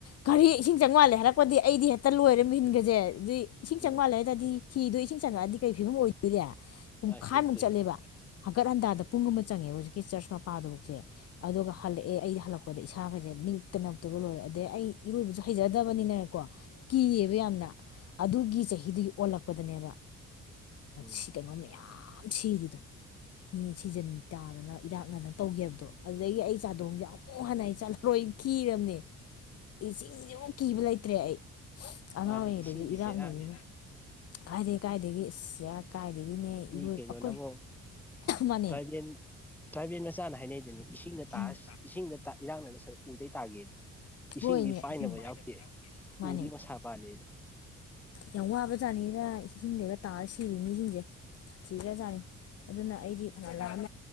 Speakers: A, on the left; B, in the centre.
A: ꯈꯔꯤ ꯏꯁꯤꯡ ꯆꯥꯝꯉꯥꯜꯂꯦ ꯍꯥꯏꯔꯛꯄꯗꯤ ꯑꯩꯗꯤ ꯍꯦꯛꯇ ꯂꯣꯏꯔ ꯏꯟꯒꯁꯦ ꯑꯗꯨꯏ ꯏꯁꯤꯡ
B: ꯎꯝ
A: ꯆꯪꯝꯉꯥꯜꯂꯦ ꯍꯥꯏꯔꯗꯤ ꯍꯤꯗꯣ ꯏꯁꯤꯡ ꯆꯪꯉꯛꯑꯗꯤ ꯀꯔꯤ ꯐꯤꯕꯝ ꯑꯣꯏꯗꯣꯔꯤ ꯄꯨꯡꯈꯥꯏꯃꯨꯛ
B: ꯑꯁ ꯑꯗꯨ ꯇꯧꯏꯅꯦ
A: ꯆꯠꯂꯦꯕ ꯍꯪꯀꯠ ꯍꯟꯗꯥꯗ ꯄꯨꯡ ꯑꯃ ꯆꯪꯉꯦꯕ ꯍꯧꯖꯤꯛꯀꯤ ꯆꯔꯆ ꯃꯄꯥꯗꯨꯕꯧꯁꯦ ꯑꯗꯨꯒ ꯍꯜꯂꯛꯑꯦ ꯑꯩ ꯍꯜꯂꯛꯄꯗ ꯏꯁꯥꯒꯁꯦ ꯅꯤꯛꯇ ꯑꯝꯇꯣꯏꯕ ꯂꯣꯏꯔꯦ ꯑꯗꯩ ꯑꯩ ꯏꯔꯣꯏꯕꯁꯨ ꯍꯩꯖꯗꯕꯅꯤꯅꯀꯣ ꯀꯤꯌꯦꯕ ꯌꯥꯝꯅ ꯑꯗꯨꯒꯤ ꯆꯍꯤꯗꯨꯒꯤ ꯑꯣꯜꯂꯛꯄꯗꯅꯦꯕ
B: ꯎꯝ
A: ꯁꯤ ꯀꯩꯅꯣ ꯃꯌꯥꯝ ꯁꯤꯔꯤꯗꯣ ꯃꯤ ꯁꯤꯖꯤꯟ ꯇꯥꯗꯅ ꯏꯔꯥꯛꯅꯗꯅ ꯇꯧꯒꯤ ꯍꯥꯏꯕꯗꯣ ꯑꯗꯨꯗꯒꯤ ꯑꯩ ꯆꯥꯗꯣꯡꯁꯦ ꯑꯝ ꯑꯃꯨꯛ ꯍꯥꯟꯟꯅ ꯑꯩ ꯆꯠꯂꯔꯣꯏ ꯀꯤꯔꯝꯅꯦ ꯏꯁꯤꯡꯁꯤꯃꯨꯛ ꯀꯤꯕ ꯂꯩꯇ꯭ꯔꯦ ꯑꯩ ꯑꯉꯥꯡ
B: ꯃꯥꯅꯤ
A: ꯑꯣꯏꯔꯤꯉꯩꯗꯖꯨ
B: ꯏꯁꯤꯡꯗꯤ
A: ꯏꯔꯥꯛꯅꯔꯤꯅꯦ
B: ꯕꯦꯔꯥꯅꯤ
A: ꯀꯥꯏꯗꯩ ꯀꯥꯏꯗꯒꯤ ꯗꯒꯤꯅꯦ
B: ꯃꯤ
A: ꯏꯔꯣꯏ
B: ꯀꯩꯅꯣꯅꯕꯨ
A: ꯑꯩꯈꯣꯏ ꯃꯥꯅꯦ
B: ꯇ꯭ꯔꯥꯏꯕꯦꯜ ꯇ꯭ꯔꯥꯏꯕꯦꯜ ꯃꯆꯥꯅ ꯍꯥꯏꯅꯩꯗꯨꯅꯤ ꯏꯁꯤꯡꯗ
A: ꯎꯝ
B: ꯇꯥꯑ ꯏꯁꯤꯡꯗ ꯏꯔꯥꯡꯅꯗꯣꯏ ꯁꯔꯨꯛ ꯎꯗꯩ ꯇꯥꯒꯦꯗꯣ ꯏꯁꯤꯡꯗꯤ
A: ꯍꯣꯏꯅꯦ
B: ꯄꯥꯏꯅꯕ
A: ꯏꯁꯤꯡ
B: ꯌꯥꯎꯗꯦ
A: ꯃꯥꯅꯦ
B: ꯎꯗꯤ ꯃꯁꯥ ꯄꯥꯜꯂꯤ ꯑꯗꯣ
A: ꯌꯥꯝ ꯋꯥꯕꯖꯥꯠꯅꯤꯗ ꯏꯁꯤꯡꯗꯒ ꯇꯥꯔ ꯁꯤꯔꯤ ꯃꯤꯁꯤꯡꯖꯦ ꯁꯥꯊꯤꯒꯔꯖꯥꯠꯅꯤ ꯑꯗꯨꯅ ꯑꯩꯗꯤ ꯐꯅꯥ ꯂꯥꯛꯑꯝ